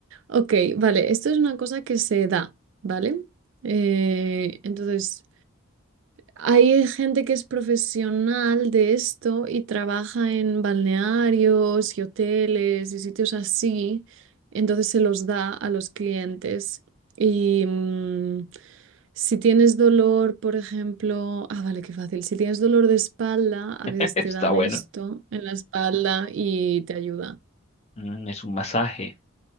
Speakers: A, on the right; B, on the left.
A: Ok, vale, esto es una cosa que se da, ¿vale? Eh, entonces, Hay gente que es profesional de esto y trabaja en balnearios y hoteles y sitios así, entonces se los da a los clientes. Y mm, si tienes dolor, por ejemplo, ah, vale, qué fácil. Si tienes dolor de espalda, a
B: <laughs>
A: veces
B: Está
A: te dan
B: bueno.
A: esto en la espalda y te ayuda.
B: Mm, Es un masaje.